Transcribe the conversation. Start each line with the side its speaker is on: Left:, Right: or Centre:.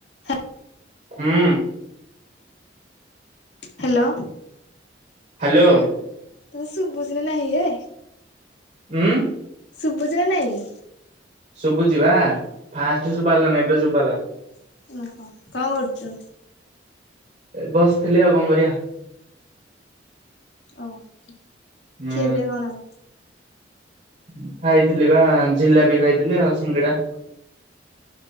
Left: ହ
Right: ହୁଁ।
Left: Hello.
Right: Hello.
Left: ତୋତେ ଶୁଭୁଛି ନା ନାହିଁ ହେ?
Right: ଉଁ,
Left: ଶୁଭୁଚି ନା ନାଇଁ?
Right: ଶୁବୁଚି ବା। ଫାଷ୍ଟ ଶୁବା ହେଲାନି, ଏବା ଶୁବା ହେଲା।
Left: ଓହୋ କଣ କରୁଛୁ?
Right: ଏ ବସଥିଲେ ଆଉ କଣ କରିବା?
Left: ଓ, ଖିଆ
Right: ହୁଁ।
Left: ପିଆ କଣ?
Right: <inaudible> ଖାଇଥିଲି ବା ଝିଲାପି ଖାଇଥିଲି ଆଉ ସିଙ୍ଗିଡା।